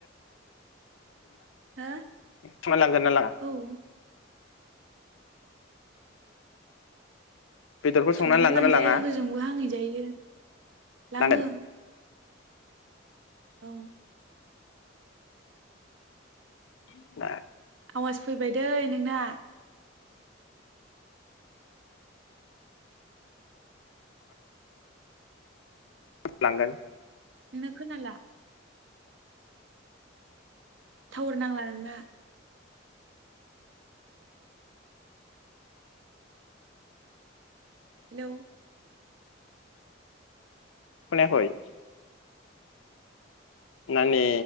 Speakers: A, on the right; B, on the left.
A: हो
B: स्ला लांगोनना लाङा?
A: औ
B: बेदरफोर संनानै
A: संना
B: लांगोन
A: लांजायो
B: ना लाङा
A: होजोंबो हांहैजायो लाङो।
B: लांगोन
A: औ
B: <unintelligible>
A: आवाज फैबाय दै नोंना।
B: लांगोन।
A: नोंना खोनाला। थावार नांला नोंना। हेलौ।
B: खोनायाखै? माने